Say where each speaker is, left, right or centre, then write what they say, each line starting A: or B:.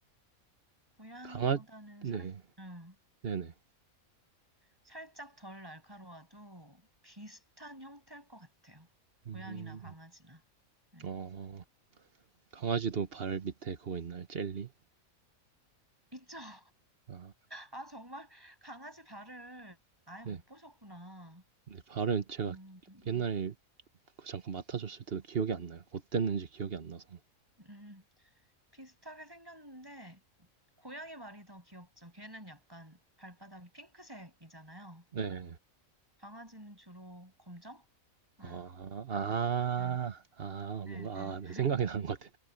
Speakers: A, on the right (about 15°); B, on the right (about 45°).
A: 고양이보다는
B: 강아,
A: 살,
B: 네,
A: 응.
B: 네네.
A: 살짝 덜 날카로워도 비슷한 형태일 것 같아요. 고양이나
B: 음.
A: 강아지나. 네.
B: 어, 강아지도 발 밑에 그거 있나요? 젤리?
A: 있죠? <laughs>
B: 아,
A: 아, 정말 강아지 발을 아예
B: 네.
A: 못 보셨구나.
B: 근데 발은 제가
A: 음, 음,
B: 옛날에 그 잠깐 맡아줬을 때도 기억이 안 나요. 어땠는지 기억이 안 나서.
A: 음. 비슷하게 생겼는데, 고양이 발이 더 귀엽죠. 걔는 약간 발바닥이 핑크색이잖아요.
B: 네.
A: 강아지는 주로 검정? 네,
B: 아, 아,
A: 네,
B: 아,
A: 네,
B: 뭔가,
A: 네.
B: 아, 내 생각이 나는 것 같아요.